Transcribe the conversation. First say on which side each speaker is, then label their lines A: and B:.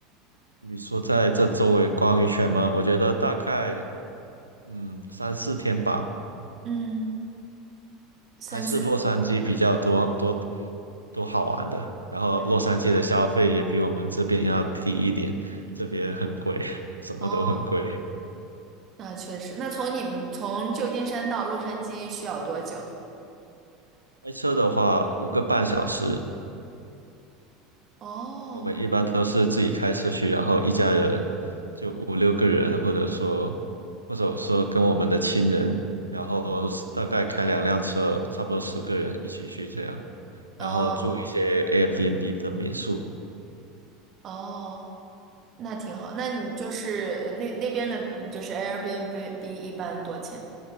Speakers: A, on the right; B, on the right.
A: 你说在这周围逛一圈吗？我觉得大概嗯三四天吧，
B: 嗯，三四天。
A: 还是洛杉矶比较多多多好玩的。然后洛杉矶的消费也比我们这边要低一点，
B: 嗯，
A: 这边很贵，<laughs> 什么都很贵。
B: 哦，那确实，那从你们从旧金山到洛杉矶需要多久？
A: 开车的话，五个半小时，
B: 哦，
A: 我们一般都是自己开车去，然后一家人五六个人，或者说，或者说跟我们的亲人，然后大概开两辆车，差不多十个人一起去这样，
B: 哦
A: 然后住一些 Airbnb 的民宿，
B: 哦，那挺好。那你就是呃那那边的，嗯就是 Airbnb 一般多钱